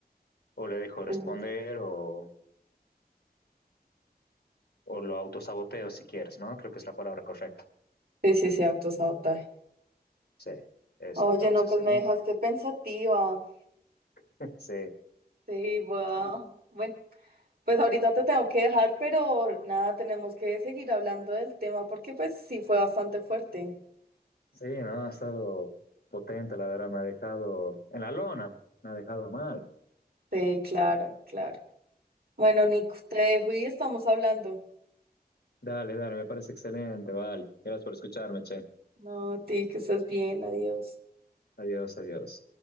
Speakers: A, on the left (about 85°); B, on the right (about 65°).
A: o le dejo de
B: sí.
A: responder, o, o lo autosaboteo si quieres, ¿no? Creo que es la palabra correcta.
B: Sí, sí, sí, autosabotaje.
A: Sí, eso
B: Oye,
A: entonces,
B: no, pues
A: ¿no?
B: me dejaste pensativa.
A: <laughs> Sí,
B: Sí, voy
A: sí,
B: Bueno, pues ahorita te tengo que dejar, pero nada, tenemos que seguir hablando del tema porque pues sí fue bastante fuerte.
A: sí, no, ha estado potente, la verdad, me ha dejado en la lona, me ha dejado mal.
B: Sí, claro, claro. Bueno, Nico, te dejo y estamos hablando.
A: Dale, dale, me parece excelente, vale. Gracias por escucharme, che.
B: No, a ti que estás bien, adiós.
A: Adiós, adiós.